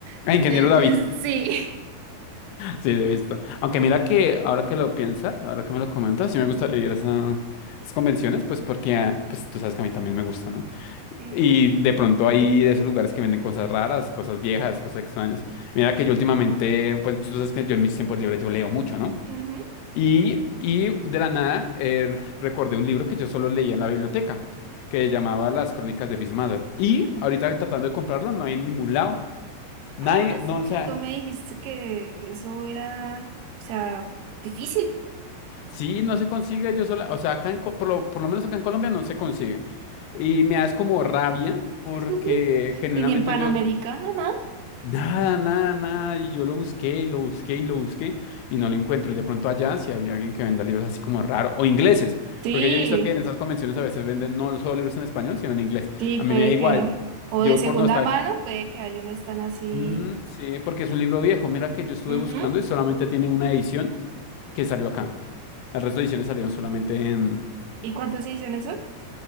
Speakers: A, on the left; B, on the right.
A: Ah,
B: de,
A: ingeniero David.
B: <laughs> sí.
A: Sí, lo he visto. Aunque mira que ahora que lo piensas, ahora que me lo comentas, sí me gustaría ir a esa- esas convenciones, pues porque, ah, pues tú sabes que a mí también me gusta, ¿no?
B: Ujú,
A: Y de pronto hay de esos lugares que venden cosas raras, cosas viejas, cosas extrañas. Mira que yo últimamente, pues tú sabes que yo en mis tiempos libres yo leo mucho, ¿no?
B: ujú.
A: Y, y de la nada eh, recordé un libro que yo solo leía en la biblioteca, que llamaba Las Crónicas de Miss Mother. Y ahorita tratando de comprarlo, no hay en ningún lado. Nadie,
B: Ah,
A: no,
B: sí,
A: o
B: que
A: sea,
B: tú me dijiste que eso era, o sea, difícil.
A: sí, no se consigue yo sola, o sea, acá en, Co- por lo, por lo menos acá en Colombia no se consigue. Y me das como rabia porque
B: <laughs>
A: genuinamente
B: Y ni en Panamericana,
A: yo
B: nada.
A: Nada, nada, nada. Y yo lo busqué y lo busqué y lo busqué y no lo encuentro. Y de pronto allá, si hay alguien que venda libros así como raro, o ingleses,
B: Sí,
A: porque yo he visto que en estas convenciones a veces venden no solo libros en español, sino en inglés.
B: sí,
A: A
B: puede
A: mí me da igual.
B: que, o
A: Yo
B: de segunda
A: por nostalgia.
B: mano, puede que haya una están así.
A: Mm, sí, porque es un libro viejo. Mira que yo estuve
B: Ujú.
A: buscando y solamente tiene una edición que salió acá. El resto de ediciones salieron solamente en,
B: ¿Y cuántas ediciones son?